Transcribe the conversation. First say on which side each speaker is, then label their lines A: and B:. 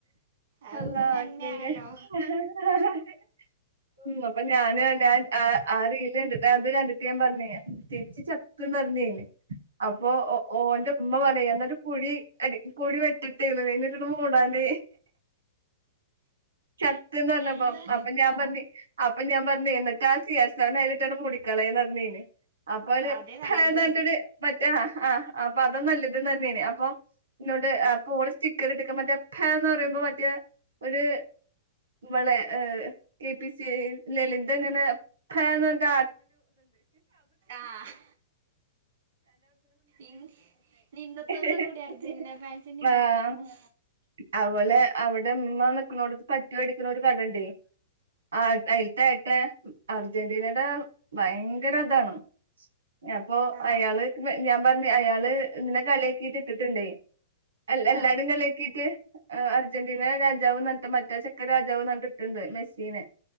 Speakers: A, on the right (about 65°); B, on the right (about 85°).
A: അത്
B: ആഹ് <unintelligible>
A: പിന്നെ അങ്ങനെയാണല്ലോ
B: അപ്പൊ ഞാന് ഞാൻ ആഹ് ആഹ് റീല് കണ്ടിട്ട് അത് കണ്ടിട്ട് ഞാൻ പറഞ്ഞെ ചിരിച്ച് ചത്ത്ന്ന് പറഞ്ഞെ അപ്പൊ ഓ ഒന്റെ ഉമ്മ പറയാ ന്നട്ട് കുഴി കുഴി വെട്ടട്ടേന്നറയ മൂടാണ്ട് ചത്ത്ന്ന് പറഞ്ഞപ്പോ
A: ഇന്ന്
B: അപ്പൊ ഞാ പറഞ്ഞ് അപ്പൊ ഞാൻ പറഞ്ഞ് ന്നിട്ട് ആ സി ആർ സവനെ അയിലിട്ടങ്ങട്ട് മുടിക്കളന്ന് പറഞ്ഞെ അപ്പൊവര്
A: അതേ
B: പഴനാട്ടര്
A: നല്ലത്
B: മറ്റ ആ ആഹ് അപ്പൊ അതോ നല്ലത തന്നെയാണ് അപ്പൊ ഇന്നൊണ്ട് ഓള് സ്റ്റിക്കർ ഇട്ടക്ക മറ്റേ അപ്പന്ന് പറയുമ്പോ മറ്റേ ഒര് വളെ ഹ് കെ പി സി ലളിതങ്ങനെ കാരണെന്ത
A: ആഹ് ഇന്ന് ഇന്നത്തോട്
B: <unintelligible>
A: കൂടി അർജന്റീന ഫാൻസിന്റെയും തീരുമാനാവും
B: <unintelligible> ആഹ് അതുപോലെ അവിടെ ഇമ്മ നിക്ക്ന്നോടത്ത് പറ്റ് മേടിക്കുന്ന ഒരു കടണ്ടേ ആഹ് അയിത്തെ ഏട്ടെ അർജന്റീനയുടെ ഭയങ്കര താണ് അപ്പൊ
A: ആഹ്
B: അയാള് ഞാൻ പറഞ്ഞ് അയാള് നിന്നെ കളിക്കീട്ട് ഇട്ടിട്ട്ണ്ടേ അല്ല എല്ലാരും
A: ആഹ്
B: കളിയാക്കീട്ട് അർജന്റീന രാജാവ് നട്ട് മറ്റാ ചെക്കൻ രാജാവ് ന്നൊക്കെ ഇട്ടുണ്ട് മെസ്സീനെ